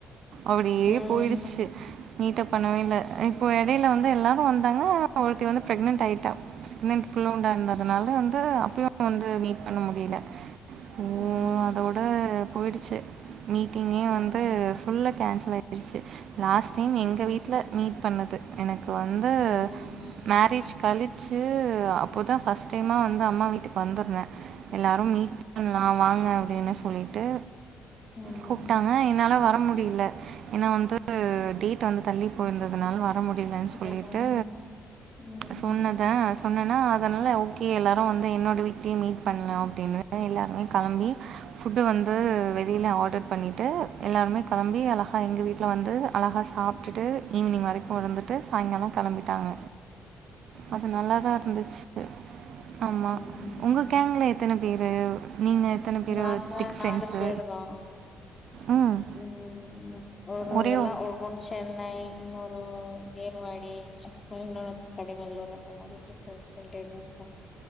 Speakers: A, on the right (about 70°); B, on the left (about 35°).
A: அப்டியே
B: ம்
A: போயிடுச்சு நீட்ட பண்ணவே இல்லா இப்போ இடையில வந்து எல்லாரு வந்தாங்க ஒருத்தி வந்து பிரெக்னெட் ஆயிட்டா புல் அன் புல்லா உண்டாந்ததுனால வந்து அப்பயு வந்து மீட் பண்ண முடியல ஓ
B: ம் ம்
A: அதோட போயிடுச்சு மீட்டிங்கே
B: ம்
A: வந்து ஃபுல்ல கேன்சல் ஆயிடுச்சு லாஸ்ட் டைம் எங்கள்
B: ஆமா
A: வீட்டில் மீட் பண்ணது எனக்கு வந்து
B: ம்
A: மேரேஜ் கழிச் கழிச்சு அப்போதா பர்ஸ்ட் டைமா வந்து அம்மா வீட்டுக்கு வந்திருந்தே எல்லாரும் மீட் பண்லா வாங்க அப்டின்னு சொல்லிட்டு
B: ம் ம்
A: கூப்டாங்க என்னால வர முடியில ஏன்னா வந்து டேட் வந்து தள்ளி போயிருந்ததுனால வர முடி அப்டின் வன் சொல்லிட்டு
B: ஆமா ம் ம்
A: சொன்ன நா சொன்னேன்னா அதனால ஓகே எல்லாரு வந்து என்னோட வீட்லயே மீட் பண்லா அப்டின்னு எல்லாருமே கெளம்பி ஃபுட்டு வந்து வெளியில ஆடர் பண்ணிட்டு எல்லாருமே கிளம்பி அழகா எங்க வீட்ல வந்து அழகா சாப் விட்டுட்டு ஈவினிங் வரைக்கு இருந்துட்டு சாய்ங்காலோ கிளம்பிட்டாங்க அது நல்லாதா இருந்துச்சு ஆமா
B: ம்
A: உங்க கேங்ல எத்தன பேரு நீங்க எத்தன பேரு
B: நாங்க
A: திக் ஃப்ரெண்ட்ஸு
B: நாலு பேரு தா
A: ம்
B: ம் உ ஒரு
A: ஒரே
B: எல்லா ஒரு பொண்ணு சென்னை இன்னொரு ஏர்வாடி அப்புறோ இன்னொன்னு கடைநல்லூர் அந்த மாரி ஃடிப் அப்டி சொல்டே இனசா